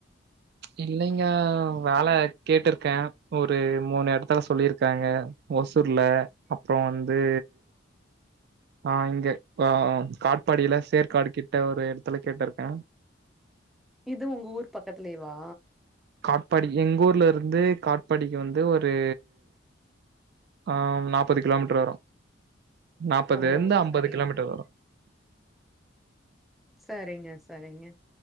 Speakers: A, on the right; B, in the centre.
A: இல்லங்க வேல கேட்ருக்க ஒரு மூணு எடத்துல சொல்லியிருக்காங்க ஓசூர்ல அப்புற வந்து ஆ இங்க ஆ காட்பாடில சேர்க்காடு கிட்ட ஒரு ஏடத்துல கேட்டிருக்க
B: இது உங்க ஊர் பக்கத்திலயேவா
A: காட்பாடி எங்க ஊர்ல இருந்து காட்பாடிக்கு வந்து ஒரு ஆ நாப்பது கிலோமீட்டர் வரு நாப்பது
B: ஓ!
A: இருந்து ஐம்பது
B: சரி.
A: கிலோமீட்டர் வரு
B: சரிங்க சரிங்க